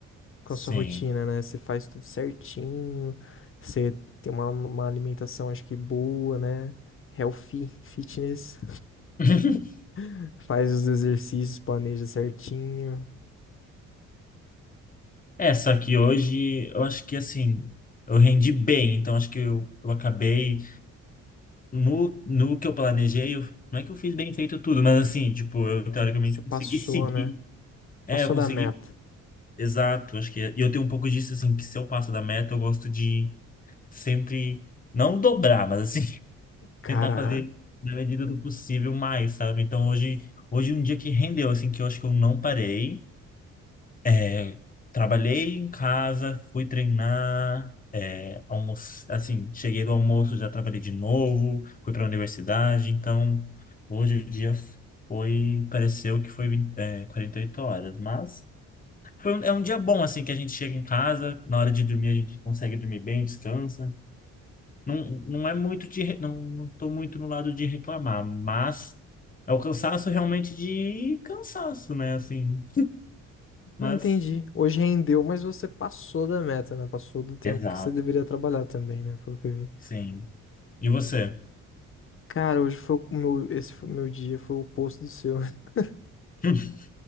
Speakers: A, on the left (about 45°); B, on the left (about 30°).
A: Com
B: Sim.
A: a sua rotina, né? Você faz tudo certinho, você tem uma, uma alimentação, acho que boa, né? Healthy, fitness,
B: <laughs>
A: <laughs> faz os exercícios, planeja certinho.
B: É, só que hoje eu acho que assim, eu rendi bem, então acho que eu, eu acabei No, no que eu planejei, eu- não é que eu fiz bem feito tudo, mas assim, tipo, eu teoricamente
A: Você passou,
B: consegui seguir.
A: né?
B: É,
A: Passou
B: eu consegui,
A: da meta.
B: exato. Acho que é, e eu tenho um pouco disso, assim, que se eu passo da meta, eu gosto de sempre, não dobrar, mas assim, <laughs>
A: Caraca.
B: tentar fazer na medida do possível mais, sabe? Então hoje, hoje é um dia que rendeu, assim, que eu acho que eu não parei. É, Trabalhei em casa, fui treinar, é, almoço, assim, cheguei do almoço, já trabalhei de novo, fui para a universidade, então hoje o dia foi, pareceu que foi, vin- é, 48 horas, mas foi um- é um dia bom, assim, que a gente chega em casa, na hora de dormir a gente consegue dormir bem, descansa. Não, não é muito de, re- não, não tô muito no lado de reclamar, mas é o cansaço realmente de cansaço, né, assim, mas...
A: Ah, entendi. Hoje rendeu, mas você passou da meta, né? Passou do tempo
B: Exato.
A: que você deveria trabalhar também, né? Pelo que eu vi.
B: Sim. E você?
A: Cara, hoje foi o meu, esse foi o meu dia, foi o oposto do seu. <laughs>
B: <laughs>